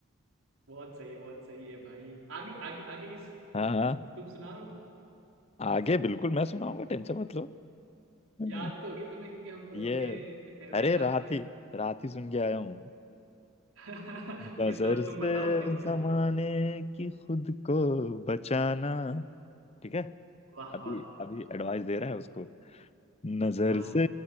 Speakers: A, on the right (about 80°); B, on the left (about 30°).
A: बहुत सही है बहुत सही है भाई आगे आगे आगे की तुम
B: हाँ हाँ
A: तुम तुम सुनाओ
B: आगे बिल्कुल मैं सुनाऊंगा टेंशन मत लो हम्म।
A: याद तो होगी तुम्हें क्योंकि हम दोनों
B: ये
A: के फेवरेट
B: अरे
A: शायर
B: रात
A: है ये
B: ही रात ही सुन के आया हूँ
A: <laughs> फिर
B: नजर
A: तो
B: से
A: तुम बताओ फिर मैं
B: जमाने
A: बताऊं
B: की खुद को बचाना ठीक है
A: वाह
B: अभी
A: वाह
B: अभी एडवाइस दे रहा है उसको नजर
A: हाँ
B: से